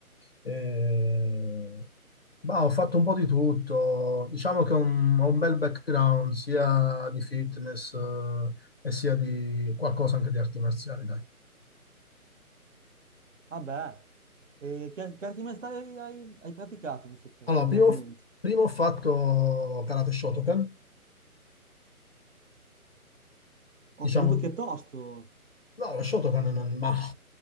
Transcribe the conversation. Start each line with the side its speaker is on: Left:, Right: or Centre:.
Left: Eh, ma ho fatto un po' di tutto. Diciamo che ho un, ho un bel background sia di fitness, eh, e sia di qualcosa anche di arti marziali, dai.
Right: Vabbè, e che, che arti marziali hai, hai praticato, visto che
Left: Allora,
Right: siamo
Left: prima,
Right: in argomento?
Left: ho f- prima ho fatto karate Shotokan.
Right: Ho
Left: Diciamo,
Right: sentito che è tosto.
Left: no, lo Shotokan non... Ma,